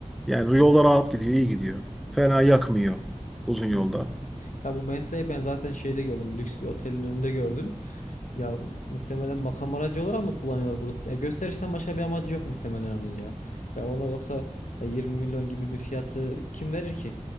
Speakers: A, in the centre; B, on the left.
A: Yani yolda rahat gidiyor, iyi gidiyor. Fena yakmıyor uzun yolda.
B: Hmm. Ya bu Bentley'i ben zaten şeyde gördüm. Lüks bir otelin önünde gördüm. Ya muhtemelen makam aracı olarak mı kullanıyorlar burası? Ya gösterişten başka bir amacı yok muhtemelen onun ya. Ya onu yoksa ya 20 milyon gibi bir fiyatı kim verir ki?